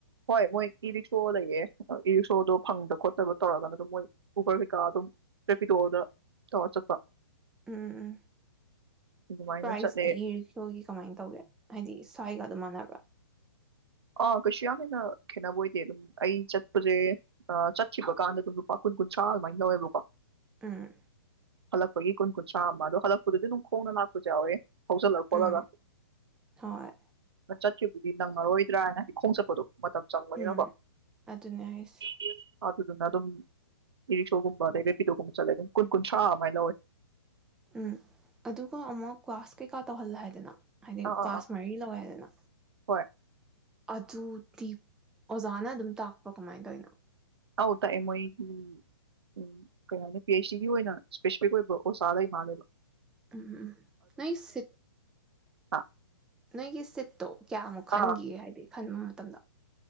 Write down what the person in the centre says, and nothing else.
ꯎꯝ ꯎꯝ
ꯄ꯭ꯔꯥꯏꯖꯇꯤ
ꯏ ꯔꯤꯛꯁꯣꯒꯤ ꯀꯃꯥꯏꯅ ꯇꯧꯒꯦ ꯍꯥꯏꯗꯤ ꯁ꯭ꯋꯥꯏꯒ ꯑꯗꯨꯝ ꯃꯥꯟꯅꯕꯔꯣ
ꯎꯨꯝ
ꯎꯝ ꯍꯣꯏ
ꯎꯝ ꯑꯗꯨꯅꯦ ꯍꯥꯏꯁꯦ
ꯎꯝ ꯑꯗꯨꯒ ꯑꯃꯨꯛ ꯀꯋꯥꯁ ꯀꯩꯀꯥ ꯇꯧꯍꯜꯂꯦ ꯍꯥꯏꯗꯅ ꯍꯥꯏꯗꯤ
ꯀ꯭ꯂꯥꯁ
ꯃꯔꯤ ꯂꯧꯋꯦ ꯍꯥꯏꯗꯅ
ꯑꯗꯨꯗꯤ ꯑꯣꯖꯥꯅ ꯑꯗꯨꯝ ꯇꯥꯛꯄ꯭ꯔꯣ ꯀꯃꯥꯏꯅ ꯇꯧꯔꯤꯅꯣ
ꯎꯝ-ꯎꯝ-ꯎꯝ ꯅꯩ ꯁꯤꯠ
ꯅꯣꯏꯒꯤ ꯁꯤꯠꯇꯣ ꯀꯌꯥꯃꯨꯛ ꯈꯟꯒꯤꯒꯦ
ꯍꯥꯏꯗꯤ ꯈꯟꯕ ꯃꯇꯝ ꯇꯝꯗ